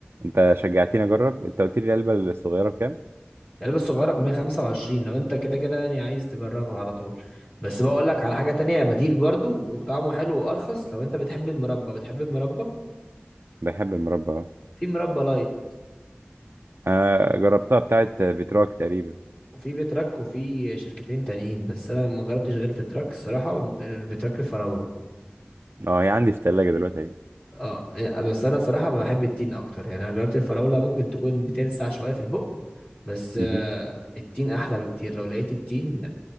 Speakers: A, on the right; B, on the left.
A: أنت شجعتني أجرب أنت قلت لي العلبة الصغيرة بكام؟
B: العلبة الصغيرة ب 125 لو انت كده كده يعني عايز تجربها على طول بس بقول لك على حاجة تانية بديل برضو وطعمه حلو وارخص لو انت بتحب المربى بتحب المربى
A: بحب المربى أه
B: في مربى لايت
A: أنا جربتها بتاعة فيتراك تقريبا
B: وفي فيتراك وفي شركتين تانيين بس انا ما جربتش غير فيتراك الصراحه وم- الفيتراك الفراوله
A: أه هي عندي في التلاجة دلوقتي أهي
B: اه آه، بس انا صراحه بحب التين اكتر يعني انا جربت الفراوله ممكن تكون بتلسع شويه في البق بس
A: مهم.
B: آه، التين احلى بكتير لو لقيت التين